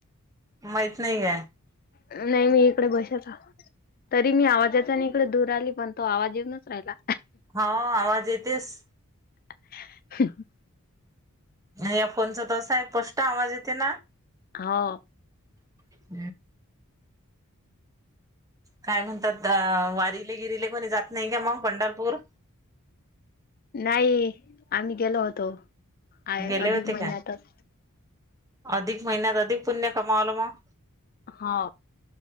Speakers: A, on the right; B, on the left.
A: माहीत नाही आहे
B: नाही मी इकडे बसल तरी मी आवाजाचा नाही दूर आली पण तो आवाज येेवनच राहिला
A: हा आवाज येतेस
B: <inaudible>
A: या फोनच त असा आहे प्रष्ट आवाज येते ना.
B: हो
A: <inaudible> काय म्हणतात वारीले गिरीले कोणी जात नाही का मग पंढरपूर
B: नाही आम्ही गेलो होतो आ
A: गेले
B: अधिक
A: होते
B: महिन्यातच
A: काय अधिक महिन्यात अधिक पुण्य कमावलं मग
B: हो